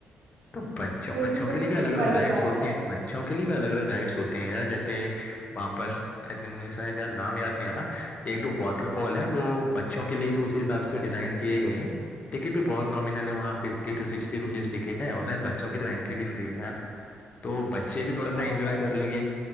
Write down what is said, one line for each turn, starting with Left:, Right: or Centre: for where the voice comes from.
Left: तो बच्चों
Right: ये
Left: बच्चों
Right: भी तो
Left: के
Right: सोचने
Left: लिए भी अलग अलग
Right: वाली
Left: राइड्स
Right: बात
Left: होते
Right: है
Left: हैं बच्चों के लिए भी अलग अलग राइड्स होते हैं यार जैसे वहाँ पर एकदम मुझे शायद यार नाम याद नहीं आ रहा एक दो वाटरफॉल है वो बच्चों के लिए भी उसी हिसाब से डिजाइन किए गए हैं टिकट भी बहुत नॉमिनल है वहाँ फिफ्टी टू सिक्सटी रुपीज टिकट है और शायद बच्चों की तो एंट्री भी फ्री है यार तो बच्चे भी थोड़ा सा
Right: अच्छा
Left: एंजॉय कर लेंगे